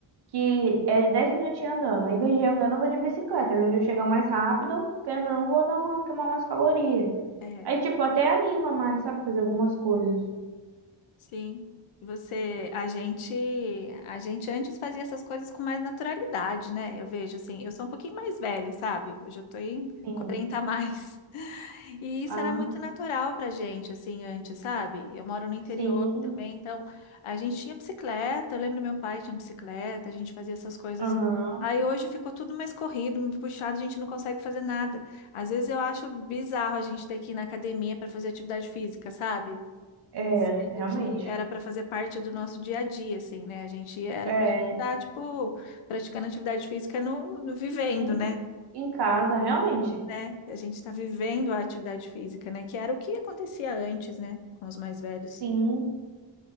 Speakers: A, on the right; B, on the left.
A: que é 10 minutinhos andando. Aí, em vez de andando, eu vou de bicicleta, onde eu chegar mais rápido, porque não, vou dar uma, queimar umas calorias.
B: É.
A: Aí, tipo, até anima mais, sabe, fazer algumas coisas.
B: Sim. E Você, a gente, a gente antes fazia essas coisas com mais naturalidade, né? Eu vejo assim, eu sou um pouquinho mais velha, sabe? Eu já tô em
A: Sim.
B: 40 a mais. <laughs> E isso
A: Ah,
B: era muito natural pra gente, assim, antes, sabe? Eu moro no interior
A: sim.
B: também, então a gente tinha bicicleta, eu lembro meu pai tinha bicicleta, a gente fazia essas coisas.
A: Aham.
B: Aí hoje ficou tudo mais corrido, muito puxado, a gente não consegue fazer nada. Às vezes eu acho bizarro a gente ter que ir na academia para fazer atividade física, sabe?
A: É,
B: Sendo
A: realmente.
B: que era para fazer parte do nosso dia a dia, assim, né? A gente era
A: É.
B: para a gente estar, tipo, praticando atividade física no, no vivendo,
A: Em,
B: né?
A: em casa, realmente.
B: Né? A gente está vivendo a atividade física, né? Que era o que acontecia antes, né? Com os mais velhos.
A: Sim.